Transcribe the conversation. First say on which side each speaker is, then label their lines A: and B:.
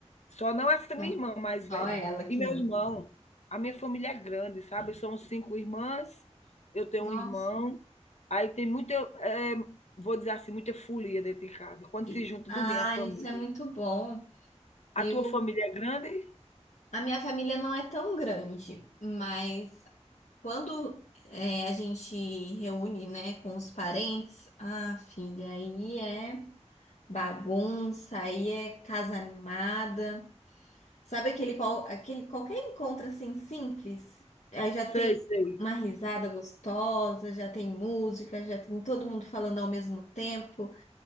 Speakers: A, on the left (about 70°); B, on the left (about 90°).
A: Só não essa
B: Então,
A: minha irmã mais
B: só
A: velha.
B: ela que
A: E meu
B: não.
A: irmão, a minha família é grande, sabe? São cinco irmãs, eu tenho
B: Nossa.
A: um irmão. Aí tem muita, eh, vou dizer assim, muita folia dentro de casa. Quando
B: E-
A: se junta
B: Ah,
A: tudo em a família.
B: isso é muito bom.
A: A
B: Eu,
A: tua família é grande?
B: a minha família não é tão grande, mas Quando é, a gente reúne, né, com os parentes, ah, filha, aí é bagunça, aí é casa animada. Sabe aquele, qual, aquele qualquer encontro assim simples? Aí já tem
A: Sei, sei.
B: uma risada gostosa, já tem música, já tem todo mundo falando ao mesmo tempo,